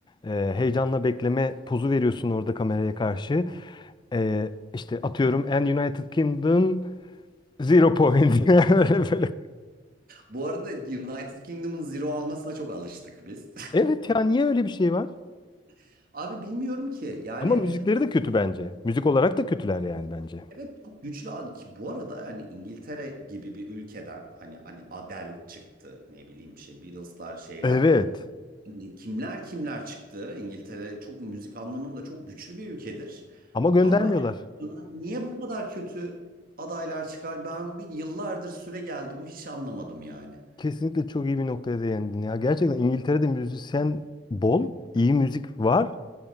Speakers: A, on the left; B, on the right.
A: E, heyecanla bekleme pozu veriyorsun orada kameraya karşı. E, işte atıyorum And United Kingdom Zero point. <laughs> Böyle böyle.
B: Bu arada United Kingdom'ın zero almasına çok alıştık biz.
A: Evet ya niye öyle bir şey var?
B: <laughs> Abi bilmiyorum ki yani
A: Ama müzikleri de kötü bence. Müzik olarak da kötüler yani bence.
B: Evet çok güçlü ad ki bu arada hani İngiltere gibi bir ülkeden hani hani Adele çıktı ne bileyim şey Beatles'lar şeyler
A: Evet.
B: hani kimler kimler çıktı İngiltere çok müzik anlamında çok güçlü bir ülkedir
A: Ama göndermiyorlar.
B: ama Erasmus'a niye bu kadar kötü adaylar çıkar ben bir yıllardır süre geldi bu hiç anlamadım yani.
A: Kesinlikle çok iyi bir noktaya değindin ya. Gerçekten İngiltere'de müzisyen bol, iyi müzik var.